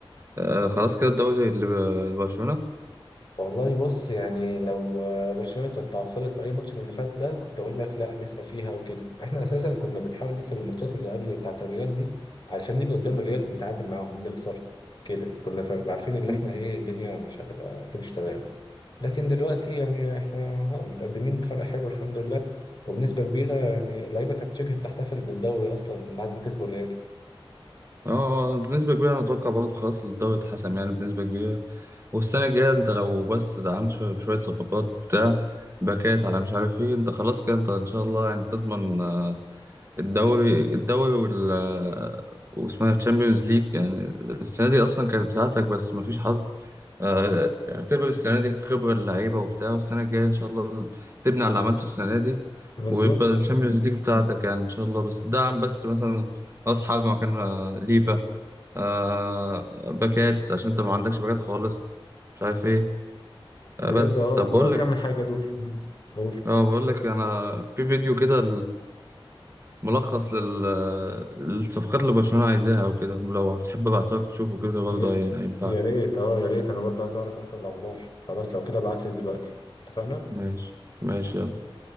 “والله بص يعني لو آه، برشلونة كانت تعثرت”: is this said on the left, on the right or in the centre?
Left